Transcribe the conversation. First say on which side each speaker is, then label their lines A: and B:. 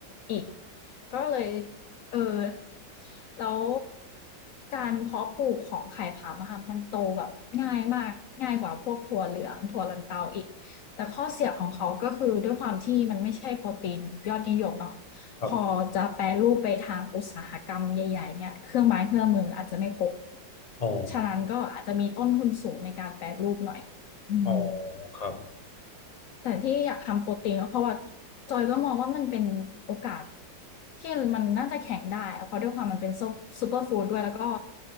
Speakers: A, on the left; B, on the left.
A: อีกก็เลยเออแล้วการเพาะปลูกของไข่ผามะค่ะมันโตแบบง่ายมากง่ายกว่าพวกถั่วเหลืองถั่วลันเตาอีกแต่ข้อเสียของเขาก็คือด้วยความที่มันไม่ใช่โปรตีนยอดนิยมเนาะ
B: ครับ
A: พอจะแปรรูปไปทางอุตสาหกรรมใหญ่ๆเนี่ยเครื่องไม้เครื่องมือมันอาจจะไม่ครบ
B: อ๋อ
A: ฉะนั้นก็อาจจะมีต้นทุนสูงในการแปรรูปหน่อยอืม
B: อ๋อครับ
A: แต่ที่อยากทำโปรตีนก็เพราะว่าจอยก็มองว่ามันเป็นโอกาสที่มันน่าจะแข็งได้อเพราะด้วยความมันเป็นซุปูเปอร์ฟู้ดด้วยแล้วก็